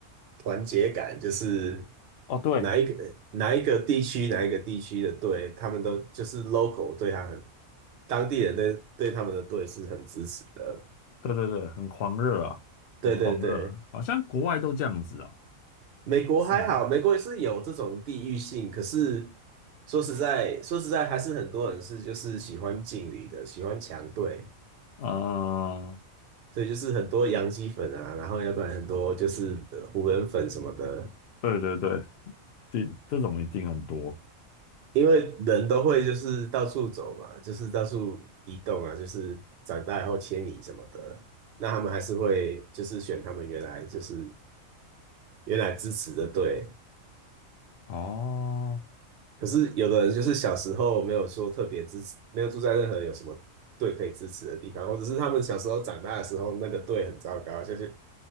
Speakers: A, on the right; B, on the left.
A: 团结感，就是
B: 哦，对，
A: 哪一个哪一个地区哪一个地区的队，他们都就是 local 对他很当地人对对他们的队是很支持的。
B: 对对对，很狂热啊，
A: 对对对，
B: 很狂热，好像国外都这样子哦，
A: 美国还好，
B: 是吗？
A: 美国也是有这种地域性，可是说实在说实在，还是很多人是就是喜欢劲旅的，喜欢强队。
B: 啊、
A: 所以就是很多洋基粉啊，然后要不然很多就是呃湖人粉什么的，
B: 对对对，定这种一定很多
A: 因为人都会就是到处走嘛，就是到处移动啊，就是长大以后迁移什么的，那他们还是会就是选他们原来就是原来支持的队。
B: 哦
A: 可是有的人就是小时候没有说特别支持，没有住在任何有什么队可以支持的地方，或者是他们小时候长大的时候那个队很糟糕，就是